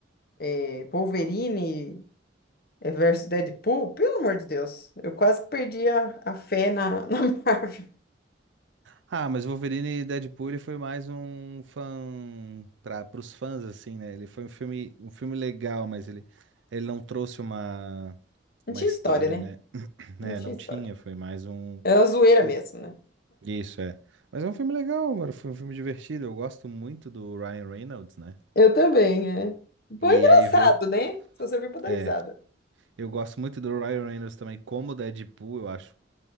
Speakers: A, on the left (about 50°); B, on the right (about 80°).
A: eh, Wolverine eh, versus Deadpool, pelo amor de Deus, eu quase que perdi a, a fé na, <laughs> na Marvel.
B: Ah, mas Wolverine e Deadpool ele foi mais um fã para os fãs assim, né? Ele foi um filme um filme legal, mas ele ele não trouxe uma
A: Não
B: uma
A: tinha
B: história,
A: história, né?
B: né? <clears throat>
A: Não
B: Né,
A: tinha
B: não
A: história.
B: tinha, foi mais um
A: Era uma zoeira
B: pô,
A: mesmo, né?
B: isso é. Mas é um filme legal, mano, foi um filme divertido. Eu gosto muito do Ryan Reynolds, né?
A: Eu também, é. Bom,
B: E
A: engraçado,
B: aí ver
A: né? Só serviu pra dar
B: é,
A: risada.
B: eu gosto muito do Ryan Reynolds também como Deadpool, eu acho